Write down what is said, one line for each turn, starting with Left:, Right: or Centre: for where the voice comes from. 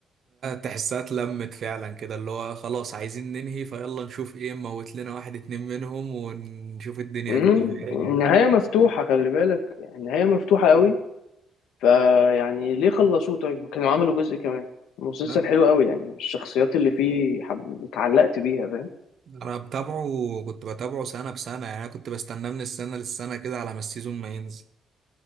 Right: تحسها اتلمت فعلا كده اللي هو خلاص عايزين ننهي فيلا نشوف ايه نموت لنا واحد اتنين منهم ونشوف الدنيا
Left: مم،
Right: كده فيها ايه
Left: النهايه مفتوحه خلي بالك النهايه مفتوحه قوي فيعني ليه خلصوه طيب كانوا عملوا جزء كمان مسلسل
Right: لا،
Left: حلو قوي يعني الشخصيات اللي فيه حب... اتعلقت بيها فاهم
Right: انا بتابعه كنت بتابعه سنة بسنة يعني انا كنت بستناه من السنة للسنة كده على ما السيزون ما ينزل